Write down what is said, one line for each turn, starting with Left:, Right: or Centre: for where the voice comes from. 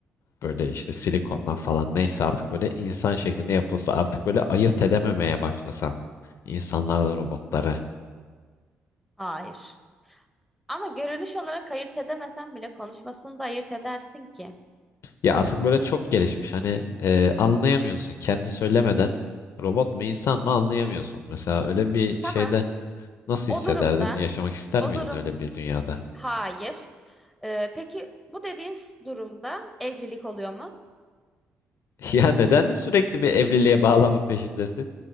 Left: Böyle işte silikondan falan neyse artık böyle insan şeklinde yapılsa artık böyle ayırt edememeye başlasan insanlarla robotları.
Centre: hayır. Ama görünüş olarak ayırt edemesen bile konuşmasını da ayırt edersin ki.
Left: Ya artık böyle çok gelişmiş hani e, anlayamıyorsun kendi söylemeden robot mu insan mı anlayamıyorsun. Mesela öyle bir şeyde
Centre: Tamam
Left: nasıl
Centre: O
Left: hissederdin?
Centre: durumda,
Left: Yaşamak ister
Centre: o
Left: miydin
Centre: durum
Left: öyle bir dünyada?
Centre: hayır. Ee, peki bu dediğin durumda evlilik oluyor mu?
Left: <laughs> Ya neden sürekli bir evliliğe bağlama peşindesin?